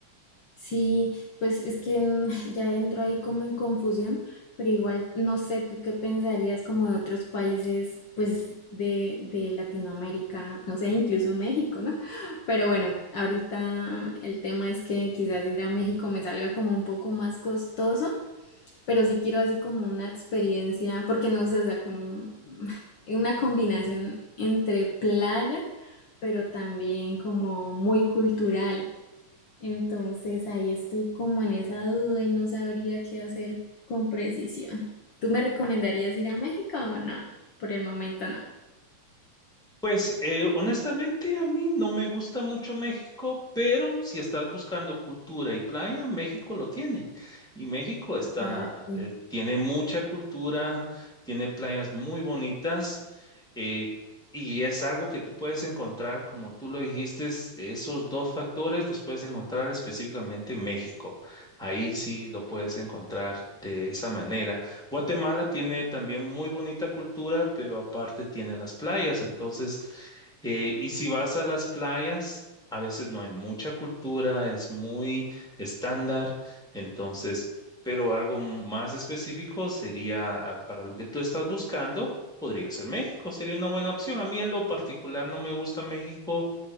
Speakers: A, on the left; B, in the centre.
A: Sí, pues es que en- <laughs> ya entro ahí como en confusión, pero igual no sé tú qué pensarías como de otros países, pues de, de Latinoamérica, no sé, incluso México, ¿no? <laughs> Pero bueno, ahorita el tema es que quizás ir a México me salga como un poco más costoso, pero sí quiero así como una experiencia, porque no sé, o sea, como <laughs> una combinación entre playa, pero también como muy cultural. Entonces ahí estoy como en esa duda y no sabría qué hacer con precisión. ¿Tú me recomendarías ir a México o no? Por el momento no.
B: Pues eh, honestamente a mí no me gusta mucho México, pero si estás buscando cultura y playa, México lo tiene. Y México está,
A: Exacto.
B: eh, tiene mucha cultura, tiene playas muy bonitas, eh, y es algo que tú puedes encontrar, como tú lo dijiste, es- esos dos factores los puedes encontrar específicamente en México. Ahí sí lo puedes encontrar de esa manera. Guatemala tiene también muy bonita cultura, pero aparte tiene las playas. Entonces, eh, y si vas a las playas, a veces no hay mucha cultura, es muy estándar. Entonces, pero algo más específico sería ah, para lo que tú estás buscando. Podría ser México, sería una buena opción. A mí en lo particular no me gusta México,